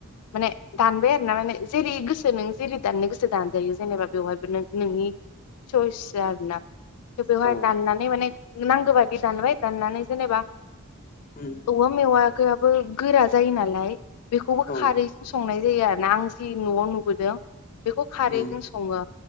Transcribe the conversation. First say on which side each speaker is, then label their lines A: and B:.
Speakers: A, on the left; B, on the left.
A: माने दानबाय आरोना माने जेरै गोसो नों जेरै दाननो गोसो दानजायो जेनेबा बेवहायबो नों नोंनि सयस आरोना थ' बेवहाय
B: औ
A: दाननानै माने नांगो बादि दानबाय दाननानै जेनेबा
B: उम
A: औवा मेवा खो आबो गोरा जायो नालाय बेखौबो
B: औ
A: खारैजों संनाय जायो आरोना आं जि न'आव नुबोदों बेखौ खारैजों
B: उम
A: सङो